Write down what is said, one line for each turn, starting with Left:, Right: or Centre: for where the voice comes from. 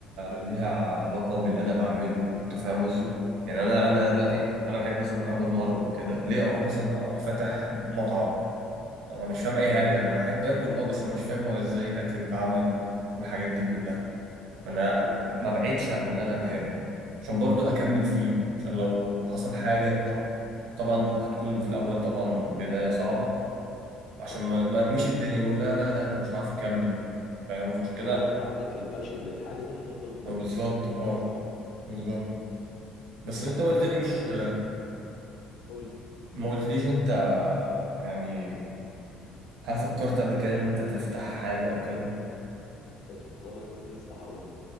Left: امم
Right: ليها علاقه باللي انا بعمله انت فاهم قصدي يعني انا انا دلوقتي
Left: اه
Right: انا بحب مثلا انا بتمرن وكده ليه اروح مثلا اروح فاتح مطعم انا مش فاهم اي حاجه انا احب اكل اه بس انا مش فاهم هو ازاي الاكل بيتعمل والحاجات دي كلها انا
Left: فاهم
Right: ما بعدش عن اللي انا بحبه عشان برضو اكمل فيه عشان لو حصل حاجة
Left: صح
Right: طبعا هتكون في الاول طبعا بداية صعبة عشان
Left: صح
Right: ما ما ارميش الدنيا واقول لا لا لا انا مش عارف اكمل فاهم فعشان كده
Left: طالما انت عندك الباشن للحاجه دي هتفضل مكمل
Right: ما بالظبط
Left: فيها حتى لو
Right: اه
Left: الدنيا صعبه
Right: بالظبط
Left: امم
Right: بس
Left: يعني
Right: انت
Left: مثلا
Right: ما قلتليش
Left: اقول لك على حاجه قول
Right: ما قلتليش انت يعني هل فكرت قبل كده ان انت تفتح حاجة او كده
Left: سبحان الله كنت لسه هقول لك